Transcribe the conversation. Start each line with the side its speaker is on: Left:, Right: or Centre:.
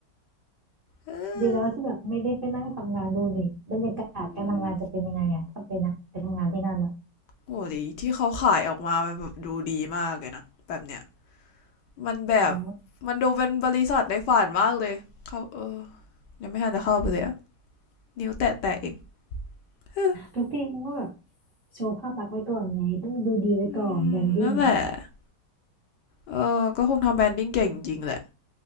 Left: เออ
Right: ดีแล้วที่แบบไม่ได้ไปนั่งทำงานดูดิบรรยากาศการทำงานจะเป็นยังไงอ่ะถ้าไปนะไปทำงานที่นั่นอ่ะ
Left: อืม โอ้ดีที่เขาขายออกมามันแบบดูดีมากเลยนะแบบเนี้ยมันแบบ
Right: อ๋อ
Left: มันดูเป็นบริษัทในฝันมากเลยเขาเออยังไม่ทันจะเข้าไปเลยนิ้วแตะแตะเอง <laughs> ฮอ
Right: ทุกทีมมันก็แบบโชว์ภาพลักษณ์ไว้ก่อนไงต้องดูดีไว้ก่อนแบรนดิ้ง
Left: ืมนั่นแหละเออก็คงทำแบรนดิ้งเก่งจริงแหละ